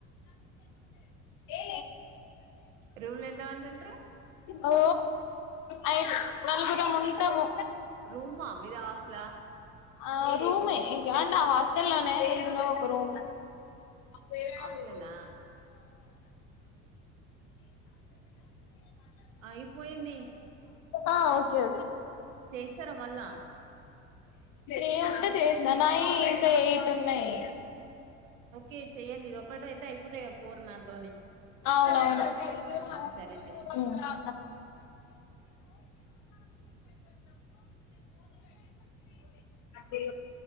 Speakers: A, on the left; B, on the right.
A: ఏ
B: రూమ్ లో ఎంత మంది ఉంటారు
A: ఓ అయి నలుగుర ముహతాము
B: రూమ్మా మీద ఆస్లే
A: ఆ రూమ్ంట హాస్టల్లో లోనే ఇందులో ఒక రూమ్ వో
B: హాస్టలేనా అయిపోయింది
A: ఆ ఓకే ఓకే
B: చేస్తారా మళ్ళా
A: ఏ ఉంటే చేసిననాయి ఇంకా ఏయిట్ ఉన్నాయి
B: ఓకే చెయండి ఇది ఒకక్కట అయితే అయిపోతా ఫూర్ నాతోని
A: అవునవును పో
B: ఉమ్, సరే చెయ్యండి
A: పో మ తే